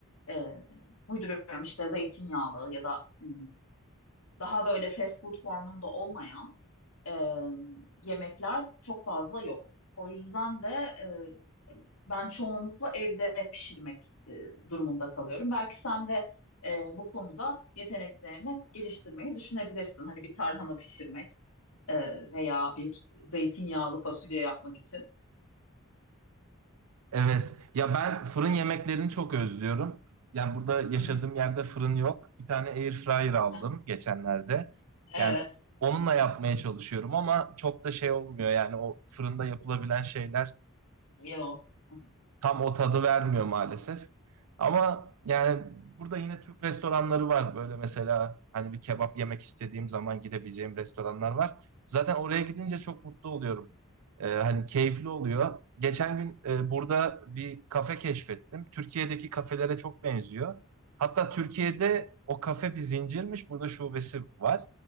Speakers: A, on the left; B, on the right.
A: Ee, uyduruyorum işte zeytinyağlı ya da m, daha böyle fast food formunda olmayan e, yemekler çok fazla yok. O yüzden de e, ben çoğunlukla evde pişirmek e, durumunda kalıyorum. Belki sen de e, bu konuda yeteneklerini geliştirmeyi düşünebilirsin. Hani bir tarhana pişirmek e, veya bir zeytinyağlı fasulye yapmak için.
B: Evet. Ya ben fırın yemeklerini çok özlüyorum. Yani burada yaşadığım
A: Hı hı.
B: yerde fırın yok. Bir tane air fryer aldım
A: Hı hı.
B: geçenlerde.
A: Evet,
B: Yani onunla yapmaya çalışıyorum ama çok da şey olmuyor. Yani o fırında yapılabilen şeyler
A: yok. Hı hı.
B: tam o tadı vermiyor maalesef. Ama yani burada yine Türk restoranları var. Böyle mesela hani bir kebap yemek istediğim zaman gidebileceğim restoranlar var. Zaten oraya gidince çok mutlu oluyorum. Ee, hani keyifli oluyor. Geçen gün e, burada bir kafe keşfettim. Türkiye'deki kafelere çok benziyor. Hatta Türkiye'de o kafe bir zincirmiş. Burada şubesi var.